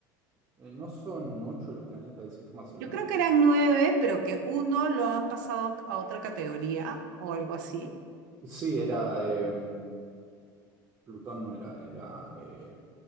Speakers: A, on the right; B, on the right.
A: eh, ¿no son ocho los planetas del sistema solar?
B: Yo creo que eran nueve, pero que uno lo han pasado a otra categoría o algo así.
A: Sí, era. eh, Plutón no era, era. eh,